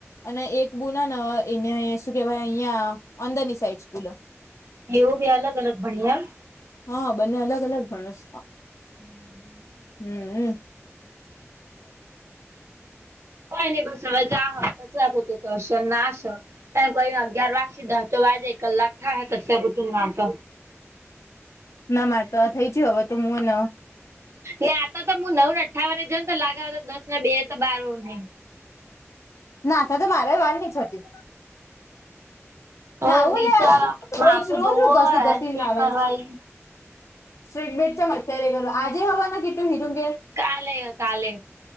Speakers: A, on the left; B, on the right.
A: અને એક બુનન એને શું કેવાય અહિયાં અંદર ની સાઈડ સ્કૂલ
B: એવુ ભી અલગ અલગ બણીયે એમ.
A: હ, બંને અલગ અલગ ભણેસ.
B: હમ
A: હમ્મહ.
B: ખઈની બસ અવે જા. કચરા પોતુ કરશે નાશ. ત કોઈ અગિયાર વાગ્સી ધાહ તો વાજે એક કલાક થાય તસ ઋતુમાતો.
A: ના માય તો આ થઈ જીયું, હવે તો મુંન.
B: ના આ ત ત નવું ને અઠ્ઠાવને જોન, તો લાગે અવે ત દસ ને બે તો બાર વને
A: ના સા તો મારા વાળ ની છ તી.
B: હવે
A: નાવું
B: વિચાર
A: લે આવુ
B: માથું
A: રોજ રોજ
B: ધોવું
A: નું ઘસી
B: હોય હેર
A: ઘસી
B: સ્ટ્રેટ
A: નાવા
B: કરવાઈ
A: સ્ટ્રીટ બેટ છે, મ અત્યારે કરો આજે હવાનું કીટ્ટું હીરુ ગેં
B: કાલે કાલે